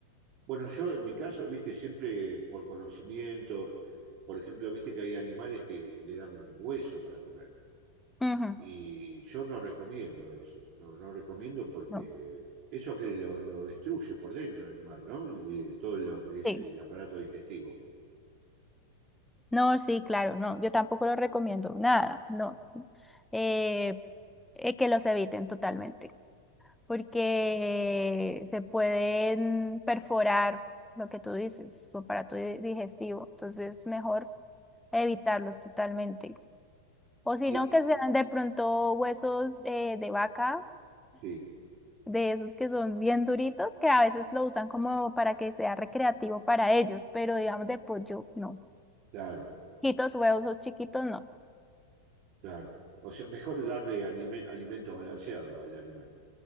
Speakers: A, on the right (about 40°); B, in the centre.
A: Bueno, yo en mi caso, viste, siempre por conocimiento, por ejemplo, viste que hay animales que le dan hueso para comer.
B: Ujú,
A: Y yo no recomiendo eso, no, no recomiendo porque
B: No,
A: eso que lo, lo destruye por dentro el animal, ¿no? Y todo lo que es
B: sí,
A: el aparato digestivo.
B: no, sí, claro, no, yo tampoco lo recomiendo, nada, no. Eh, eh, que los eviten totalmente. porque se pueden perforar lo que tú dices, su aparato di- digestivo. Entonces, mejor evitarlos totalmente. O si
A: Y-
B: no, que sean de pronto huesos eh, de vaca,
A: sí,
B: de esos que son bien duritos, que a veces lo usan como para que sea recreativo para ellos, pero digamos de pollo, no.
A: claro,
B: Chiquitos, huesos chiquitos, no.
A: claro. O sea, mejor darle anime- alimento balanceado al animal,